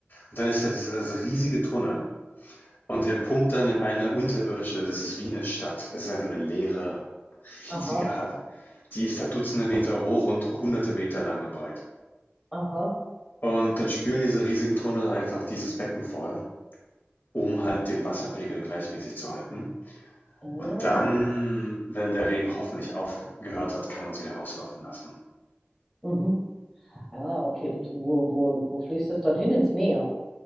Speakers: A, on the left; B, in the centre.
A: Und dann ist da dieser
B: Aha.
A: riesige Tunnel. Und der pumpt dann in eine unterirdische, das ist wie eine Stadt. Es ist einfach eine leere,
B: Aha.
A: riesige Halle. Die ist da Dutzende Meter hoch und Hunderte Meter lang und breit.
B: Aha.
A: Und dann spülen diese riesigen Tunnel einfach dieses Becken voll, um halt den Wasserpegel gleichmäßig zu halten.
B: Ah.
A: Und dann, wenn der Regen hoffentlich aufgehört hat, kann man es wieder auslaufen lassen.
B: Mhm. Ah, okay. Und wo, wo, wo fließt das dann hin? Ins Meer?